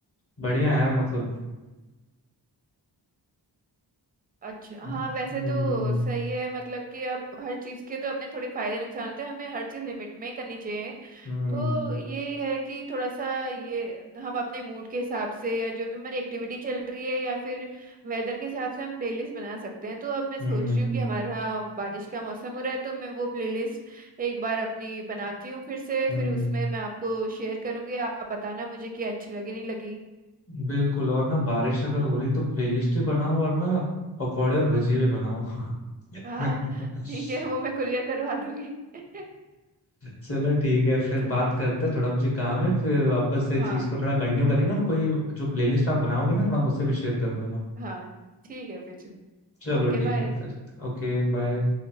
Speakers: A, on the left; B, on the right.
A: बढ़िया है यार मतलब
B: अच्छा
A: हाँ,
B: हाँ वैसे
A: हम्म
B: तो सही है मतलब कि अब हर चीज़ के तो अपने थोड़े फायदे नुकसान होते हैं हमें हर चीज़ लिमिट में ही करनी चाहिए
A: हम्म
B: तो यही है कि थोड़ा सा ये हम अपने मूड के हिसाब से या जो भी हमारी एक्टिविटी चल रही है या फिर वेदर के हिसाब से हम प्लेलिस्ट बना सकते हैं तो अब मैं सोच
A: हम्म
B: रही हूँ कि हमारे यहाँ बारिश का मौसम हो रहा है तो मैं वो प्लेलिस्ट एक बार अपनी बनाती हूँ फिर से
A: हम्म
B: फिर उसमें मैं आपको शेयर करूँगी आप बताना मुझे कि अच्छी लगी नहीं लगी
A: बिल्कुल और ना बारिश अगर हो रही तो प्लेलिस्ट ही बनाओ और ना पकौड़े और भजिए भी बनाओ <laughs>
B: हाँ ठीक है वो मैं कुरियर करवा दूंगी <laughs>
A: चलो ठीक है फिर
B: ठीक
A: बात
B: है
A: करते हैं थोड़ा मुझे काम है फिर वापस से
B: हाँ
A: चीज को थोड़ा कंटिन्यू करेंगे और कोई जो प्लेलिस्ट आप बनाओगे ना थोड़ा मुझसे भी शेयर कर लेना
B: हाँ ठीक है फिर
A: चलो
B: Okay
A: ठीक
B: bye
A: है फिर Okay bye